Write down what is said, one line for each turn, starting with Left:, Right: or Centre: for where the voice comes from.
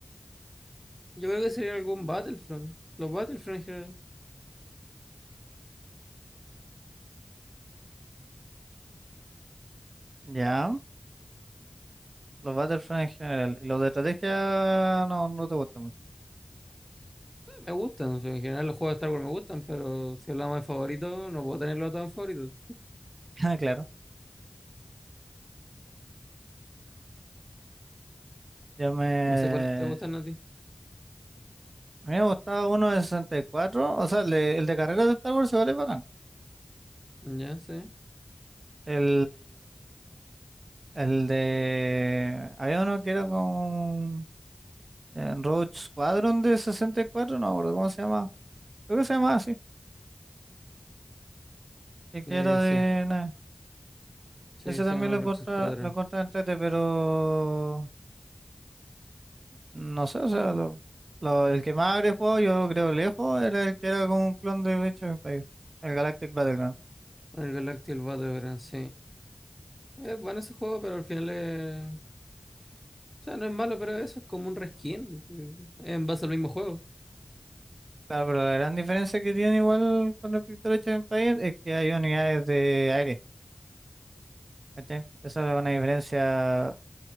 Centre: yo creo que sería algún Battlefront. Los Battlefront en general.
Right: Ya, los Battlefront en general. Y los de estrategia no, no te gustan mucho.
Centre: sí, me gustan. o sea, en general los juegos de Star Wars me gustan, pero si hablamos de favoritos, no puedo tenerlo a todos en favorito.
Right: <laughs> Ah, Claro, yo me...
Centre: No sé cuáles te gustan a ti.
Right: A mí me gustaba uno de 64, o sea, el de, el de carreras de Star Wars se vale bacán.
Centre: Ya, sí.
Right: El, el de... Había uno que era con... En Road Squadron de 64, no me acuerdo cómo se llama. Creo que se llama así. Y que
Centre: Eh,
Right: era de...
Centre: sí.
Right: nah,
Centre: Sí,
Right: Ese
Centre: se
Right: también
Centre: llama
Right: lo
Centre: Rogue
Right: contra,
Centre: Squadron.
Right: lo contra entrete, pero... No sé, o sea, lo- lo- el que más habría jugado yo creo lejos era el que era como un clon de Age of Empires, el Galactic Battleground.
Centre: El Galactic Battleground, sí. Es bueno ese juego, pero al final es O sea, no es malo, pero eso es como un reskin. Sí, En base al mismo juego.
Right: Claro, pero la gran diferencia que tiene igual con respecto al Age of Empires es que hay unidades de aire, ¿cachai? Esa es una diferencia